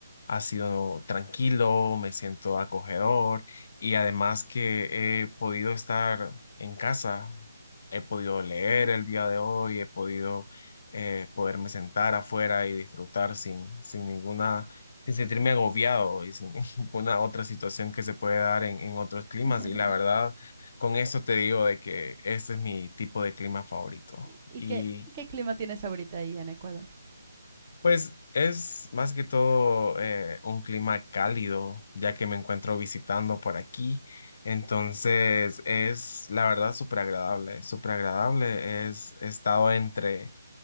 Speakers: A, on the left; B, on the right.
A: ha sido tranquilo, me siento acogedor y además que he podido estar en casa, he podido leer
B: ¿Mm?
A: el día de hoy, he podido eh, poderme sentar afuera y disfrutar sin, sin ninguna, sin sentirme agobiado y sin <laughs> ninguna otra situación que se puede dar en, en otros climas.
B: <laughs>
A: Y la verdad, con eso te digo de que ese es mi tipo de clima favorito.
B: ¿Y, y
A: y
B: qué, qué clima tienes ahorita ahí en Ecuador?
A: pues es más que todo eh, un clima cálido, ya que me encuentro visitando por aquí. Entonces es, la verdad, súper agradable, súper agradable. Es, he estado entre